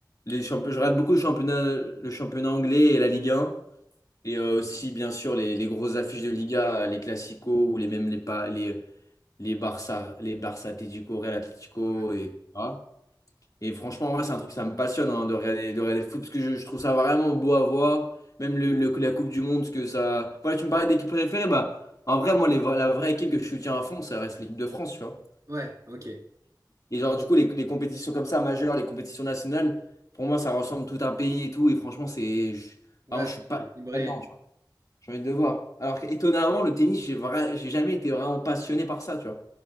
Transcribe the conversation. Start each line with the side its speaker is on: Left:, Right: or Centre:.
Left: les champ- je regarde beaucoup le championnat, le championnat anglais et la Ligue 1. Et euh, aussi, bien sûr, les, les grosses affiches de Liga, les Clasico ou les même les, pa- les, les Barça, les Barça Atlético, Real Atlético,
Right: Ouais.
Left: et, etc. Et franchement, ouais, c'est un truc, ça me passionne hein, de regarder, de regarder le foot parce que je, je trouve ça vraiment beau à voir. Même le, le- la Coupe du Monde, parce que ça. Voilà, tu me parlais d'équipe préférée, bah, en vrai, moi, les, vra- la vraie équipe que je soutiens à fond, ça reste l'équipe de France, tu vois.
Right: Ouais, ok.
Left: Et genre, du coup, les, les compétitions comme ça, majeures, les compétitions nationales, pour moi, ça ressemble tout un pays et tout. Et franchement, c'est. je-
Right: Ouais,
Left: Vraiment, je suis pas
Right: c'est équilibré.
Left: là-dedans. J'ai envie de le voir. Alors étonnamment, le tennis, j'ai vra- j'ai jamais été vraiment passionné par ça, tu vois.